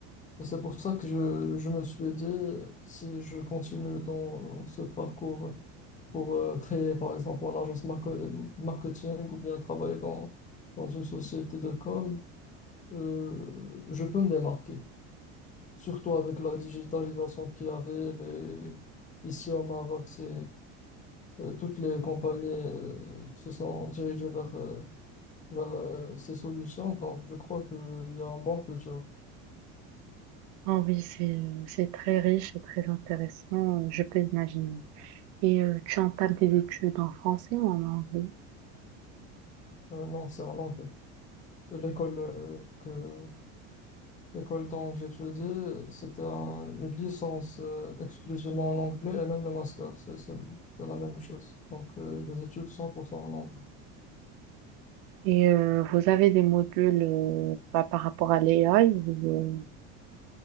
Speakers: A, on the left; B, on the right.
A: C'est pour ça que je, je me suis dit, si je continue dans ce parcours pour euh, créer, par exemple, mon agence marco- marketing ou bien travailler dans, dans une société de com, euh, je peux me démarquer. Surtout avec la digitalisation qui arrive. Et ici au Maroc, c'est, euh, toutes les compagnies euh, se sont dirigées vers, euh, vers euh, ces solutions. Donc, je crois qu'il y a un bon futur.
B: Ah oui, c'est euh, c'est très riche et très intéressant, euh, je peux imaginer. Et euh, tu entames tes études en français ou en anglais?
A: Euh, non, c'est en anglais. L'école euh, que, L'école dont j'étudie, c'était un- une licence euh, exclusivement en anglais et même le master, c'est c'est- c'est la même chose. Donc, euh, des études 100% en anglais.
B: Et euh, vous avez des modules euh, pas par rapport à l'AI